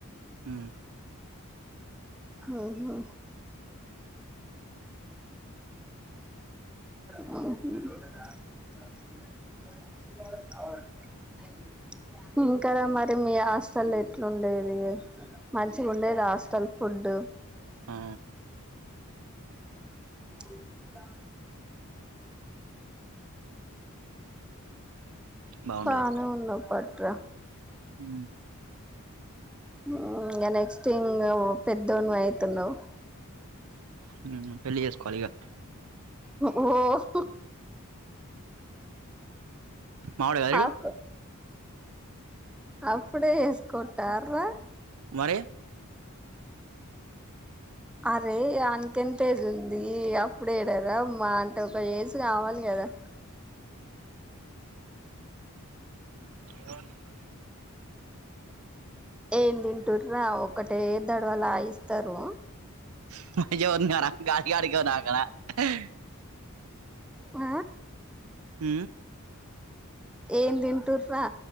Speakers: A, on the right (about 75°); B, in the centre.
A: హ్మ్
B: ఉహు హ్మ్ హు ఇవాళ దారిన్ దయ్యుమ్ త త ఇంకా ర మరి మీ హాస్టల్లో ఎట్లుండేది మంచిగా ఉండేది హాస్టల్ ఫుడ్డు
A: హ్మ్
B: ఉంటా
A: బాగుండేది
B: బానే ఉన్నావ్ పట్రా
A: హ్మ్
B: ఆ ఇంగ నెక్స్ట్ ఇంగ పెద్దోన్వి అయితున్నావ్
A: హ్మ్ పెళ్లి చేసుకోవాలి ఇగ
B: ఓహ్
A: మావడ గాద ఈడు
B: అప్ అప్పుడే చేస్కుంటార్రా
A: మరే
B: అరే ఆన్న్ంతేజ్ ఉంది అప్పుడేడరా మా అంటే ఒక ఏజ్ కావాలి కదా
A: <unintelligible>
B: ఏం తింటుార్రాఒకటే దడవలాయిస్తరూ
A: <unintelligible>
B: అ
A: ఊ
B: ఏం దింటుర్రా